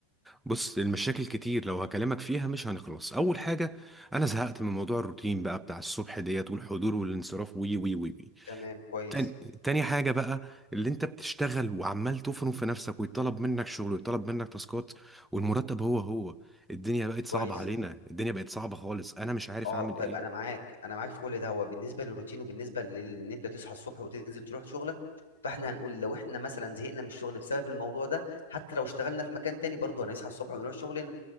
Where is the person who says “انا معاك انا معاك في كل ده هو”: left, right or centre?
Left